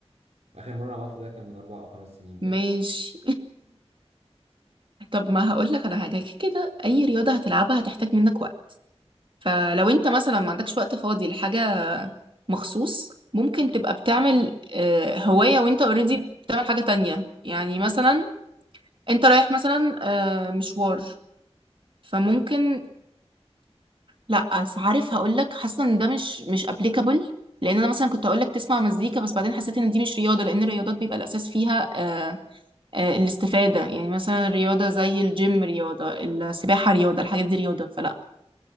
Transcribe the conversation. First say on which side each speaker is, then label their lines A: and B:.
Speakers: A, on the right; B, on the right.
A: اخر مره عملت ده كان من اربع او خمس سنين تقريبا
B: ماشي <laughs> طب ما هقول لك على حاجه كده اي رياضه هتلعبها هتحتاج منك وقت فلو انت مثلا ما عندكش وقت فاضي لحاجه مخصوص ممكن تبقى بتعمل آه، هوايه وانت اوريدي بتعمل حاجه تانية يعني مثلا انت رايح مثلا آه، مشوار فممكن لا بس عارف هقول لك حاسه ان ده مش مش ابليكابل لان انا مثلا كنت هقول لك تسمع مزيكا بس بعدين حسيت ان دي مش رياضه لان الرياضات بيبقى الاساس فيها آه، آه، الاستفادة يعني مثلا رياضة زي الجيم رياضة السباحة رياضة الحاجات دي رياضة فلا